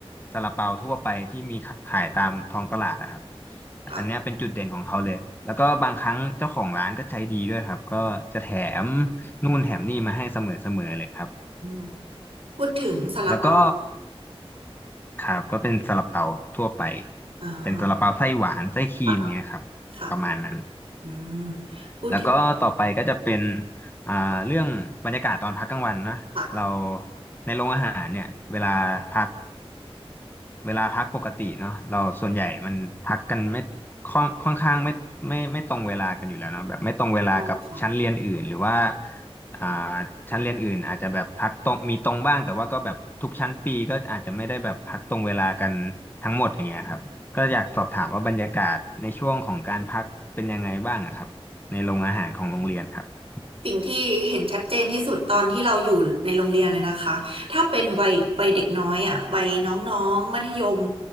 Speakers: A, on the left; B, on the right.
A: ซาลาเปาทั่วไปที่มีขายตามท้องตลาดนะครับ
B: ค่ะ
A: อันเนี้ยเป็นจุดเด่นของเขาเลยแล้วก็บางครั้งเจ้าของร้านก็ใจดีด้วยครับก็จะแถมนู่นแถมนี่มาให้เสมอๆเลยครับ
B: อืมพูดถึงซาลาเปา
A: แล้วก็ครับก็เป็นซาลาเปาทั่วไป
B: อ๋อ
A: เป็นซาลาเปาไส้หวานไส้ครีมเงี้ยครับประมาณนั้น
B: ค่ะค่ะอืมพูดถึง
A: แล้วก็ต่อไปก็จะเป็นอ่าเรื่องบรรยากาศตอนพักกลางวันนะเรา
B: ค่ะ
A: ในโรงอาหารเนี่ยเวลาพา เวลาพักปกติเนาะเราส่วนใหญ่มันพักกันไม่ค่อนค่อนข้างไม่ไม่ไม่ตรงเวลากันอยู่แล้วเนาะแบบไม่ตรงเวลากับชั้นเรียนอื่นหรือว่า
B: ชอบค่ะ
A: อ่าชั้นเรียนอื่นอาจจะแบบพักตรงมีตรงบ้างแต่ว่าก็แบบทุกชั้นปีก็อาจจะไม่ได้แบบพักตรงเวลากันทั้งหมดอย่างเงี้ยครับก็อยากสอบถามว่าบรรยากาศในช่วงของการพักเป็นยังไงบ้างอะครับในโรงอาหารของโรงเรียนครับ
B: สิ่งที่เห็นชัดเจนที่สุดตอนที่เราอยู่ในโรงเรียนเลยนะคะ ถ้าเป็นวัยวัยเด็กน้อยอ่ะวัยน้องๆมัธยม